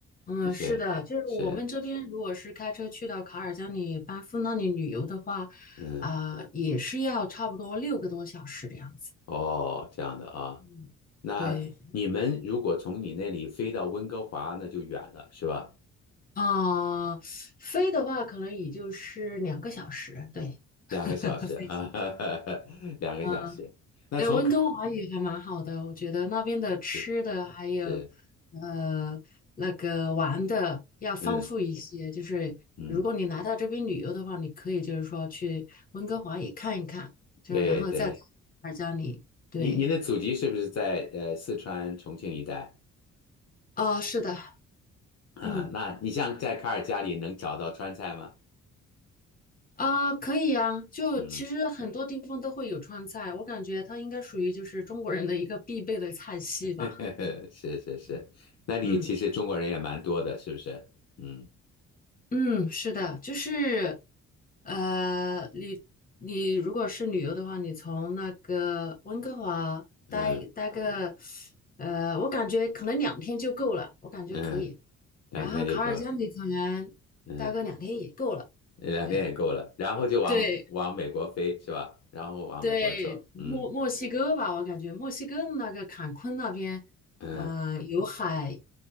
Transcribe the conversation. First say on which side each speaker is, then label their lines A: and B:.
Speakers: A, on the left; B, on the left.
A: 嗯，
B: 的确是，
A: 是的，就是我们这边如果是开车去到卡尔加里、班夫那里旅游的话，
B: 嗯，
A: 啊、也是要差不多六个多小时的样子。
B: 哦，这样的啊。
A: 嗯，
B: 那你们如果从你那里飞到温哥华，
A: 对，
B: 那就远了，是吧？
A: 啊、飞的话可能也就是两个小时。对，
B: 两个小时啊，
A: <laughs> 飞机。
B: <laughs> 两个小时。
A: 嗯
B: 那从可
A: 对，温哥华也还蛮好的，我觉得那边的吃的还有呃那个玩的要丰富一些。
B: 是是，嗯
A: 就是如果你来到这边旅游的话，
B: 嗯，
A: 你可以就是说去温哥华也看一看，就是然后再到尔加里。
B: 对对，
A: 对，
B: 您您的祖籍是不是在呃四川重庆一带
A: 啊，是的，
B: 啊？
A: 嗯，
B: 那你像在卡尔加里能找到川菜吗？
A: 啊、可以啊。就其实很多地方都会有川菜，
B: 嗯，
A: 我感觉它应该属于就是中国人的一个必备的菜系吧。
B: <laughs> 是是是，
A: 嗯。
B: 那里其实中国人也蛮多的，
A: 嗯
B: 是不是？嗯
A: 嗯，是的，就是，呃，你你如果是旅游的话，你从那个温哥华待待个，
B: 嗯
A: 呃，我感觉可能两天就够了，我感觉可以。
B: 嗯，两天就够了，
A: 然后卡尔加里可能待个两天也够了。
B: 嗯，两天也够了，
A: 对，
B: 然后就往往美国飞是吧？
A: 对，
B: 然后往美国走，
A: 对，墨墨西哥吧，
B: 嗯
A: 我感觉墨西哥那个坎昆那边，
B: 嗯，
A: 呃，有海，